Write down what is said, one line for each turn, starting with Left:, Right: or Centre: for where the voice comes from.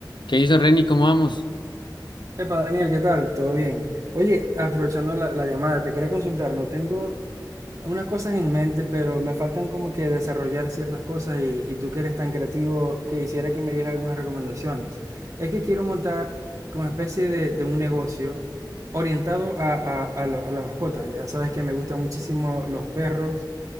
Left: ¿Qué hizo Reni? ¿Cómo vamos?
Right: Epa, Daniel, ¿qué tal? ¿Todo bien? Oye, aprovechando la, la llamada, te quería consultar, no tengo unas cosas en mente, pero me faltan como que desarrollar ciertas cosas y, y tú que eres tan creativo, que hiciera que me dieras algunas recomendaciones. Es que quiero montar como especie de, de un negocio orientado a, a, a lo- a la mascota. Ya sabes que me gustan muchísimo los perros